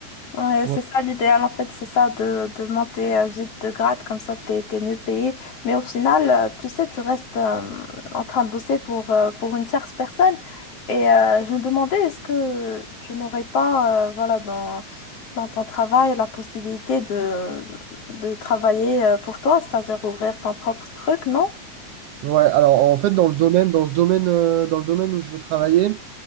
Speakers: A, on the left; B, on the right.
A: Ouais,
B: Ouais,
A: c'est ça l'idéal, en fait, c'est ça de, de monter euh, vite de grade, comme ça t'es, t'es mieux payé. Mais au final, euh, tu sais, tu restes euh, en train de bosser pour, euh, pour une tierce personne. Et euh, je me demandais, est-ce que tu n'aurais pas, euh, voilà, dans, dans ton travail, la possibilité de, de travailler euh, pour toi, c'est-à-dire ouvrir ton propre truc, non?
B: Ouais, alors en fait dans le domaine dans ce domaine euh, dans le domaine où je veux travailler,